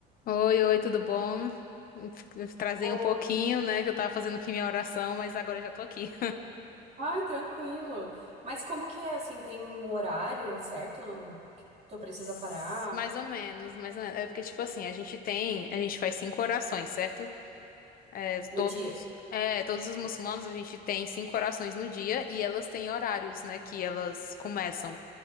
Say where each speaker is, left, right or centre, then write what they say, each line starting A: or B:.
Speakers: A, on the left; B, on the right.
A: Oi, oi, tudo bom? Trazer
B: Oi.
A: um pouquinho, né, que eu tava fazendo aqui minha oração, mas agora eu já tô aqui.
B: Ai, tranquilo. Mas como que é assim? Tem um horário certo que
A: <laughs>
B: tu precisa
A: S-
B: parar
A: Mais ou menos, mais ou menos. É porque, tipo assim, a gente tem, a gente faz cinco orações, certo? É,
B: no
A: todos,
B: dia?
A: é, todos os muçulmanos, a gente tem cinco orações no dia e elas têm horários, né, que elas começam.